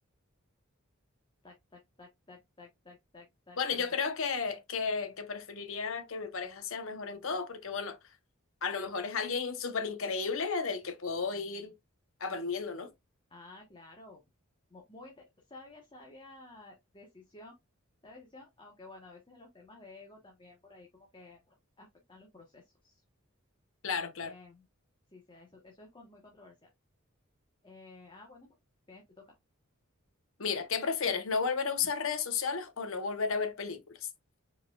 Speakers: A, on the left (about 25°); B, on the left (about 70°).
A: Tac, tac, tac, tac, tac, tac, tac, tac,
B: Bueno,
A: tac,
B: yo
A: tac.
B: creo que, que, que preferiría que mi pareja sea mejor en todo, porque bueno, a lo mejor es alguien súper increíble del que puedo ir aprendiendo, ¿no?
A: Ah, claro. Mu- Muy, inte- sabia, sabia decisión. Sabia decisión, aunque bueno, a veces los temas de ego también por ahí como que afectan los procesos.
B: claro,
A: También.
B: claro.
A: Sí, sí, eso, eso es con- muy controversial. Eh, ah, bueno, bien, te toca.
B: Mira, ¿qué prefieres? ¿No volver a usar
A: <laughs>
B: redes sociales o no volver a ver películas?